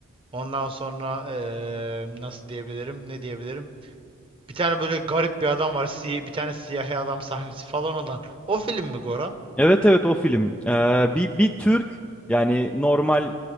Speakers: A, on the right; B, in the centre.
A: Ondan sonra eee, nasıl diyebilirim? Ne diyebilirim? Bir tane böyle garip bir adam var. Siy bir tane siyahi adam sahnesi falan olan. O film mi Gora?
B: Evet evet o film. Eee, bir, bir Türk yani normal